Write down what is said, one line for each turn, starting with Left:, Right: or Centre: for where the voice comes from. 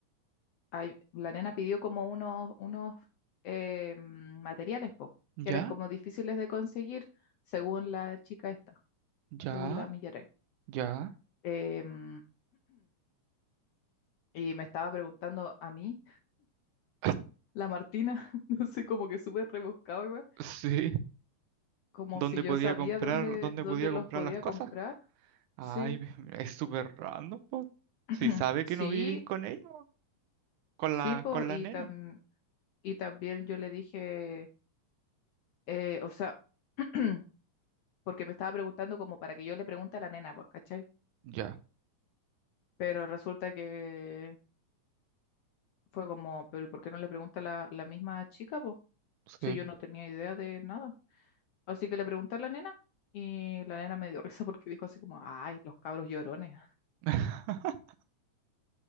Left: ay, la nena pidió como unos, unos eh, mm, materiales, po,
Right: Ya,
Left: que eran como difíciles de conseguir, según la chica esta,
Right: ya,
Left: según la Millaray.
Right: ya.
Left: Eh, <clears throat> y me estaba preguntando a mí,
Right: <laughs>
Left: la Martina, <laughs> no sé, como que súper rebuscado igual,
Right: Sí.
Left: como
Right: ¿Dónde
Left: si yo
Right: podía
Left: sabía
Right: comprar,
Left: dónde,
Right: dónde
Left: dónde
Right: podía comprar
Left: los podía
Right: las cosas?
Left: comprar.
Right: Ay,
Left: Sí,
Right: <laughs> es súper random, pues.
Left: <clears throat>
Right: Si sabe
Left: sí,
Right: que no vivís con ella, po, con
Left: sí,
Right: la,
Left: po,
Right: con
Left: y,
Right: la nena.
Left: tam- y también yo le dije, eh, o sea, <clears throat> porque me estaba preguntando como para que yo le pregunte a la nena, pues, ¿cachai?
Right: Ya,
Left: Pero resulta que fue como, pero ¿y por qué no le pregunta la, la misma chica, pues? Si
Right: sí.
Left: yo no tenía idea de nada. Así que le pregunté a la nena y la nena me dio <laughs> risa porque dijo así como, ay, los cabros llorones. <laughs>
Right: <laughs>